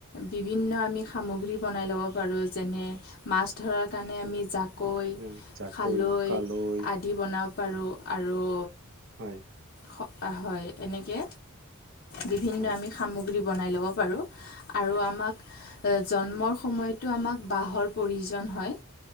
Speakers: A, on the left (about 45°); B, on the right (about 60°).
A: বিভিন্ন আমি সামগ্ৰী বনাই ল'ব পাৰোঁ। যেনে মাছ ধৰাৰ কাৰণে
B: উম,
A: আমি জাকৈ
B: উম, জাকৈ
A: খালৈ
B: কালৈ
A: আদি বনাব পাৰোঁ। আৰু
B: হয়।
A: সপ্তা হয়, এনেকে বিভিন্ন
B: হয়
A: আমি সামগ্ৰী বনাই ল'ব পাৰোঁ। আৰু আমাক জন্মৰ সময়টো আমাক বাঁহৰ প্ৰয়োজন হয়।